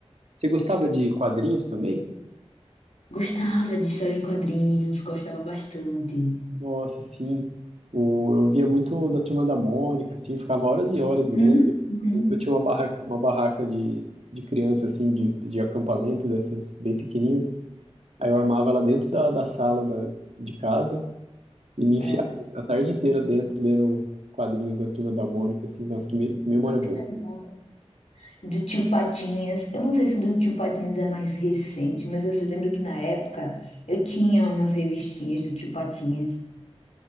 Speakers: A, on the right; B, on the left.
A: você gostava de quadrinhos também?
B: Gostava de história em quadrinhos, gostava bastante.
A: Nossa, sim. O, eu via muito da Turma da Mônica, assim, ficava horas e horas
B: Uhum,
A: lendo. Eu
B: uhum.
A: lembro que eu tinha uma barraca, uma barraca de, de criança, assim, de, de acampamento, dessas bem pequenininhas. Aí eu armava ela dentro da, da sala da, de casa e me enfiava
B: É.
A: a tarde inteira dentro, lendo quadrinhos da Turma da Mônica, assim. Nossa, que, me- que memória
B: Ah,
A: boa.
B: que legal. Do Tio Patinhas. Eu não sei se do Tio Patinhas é mais recente, mas eu lembro que na época eu tinha umas revistinhas do Tio Patinhas,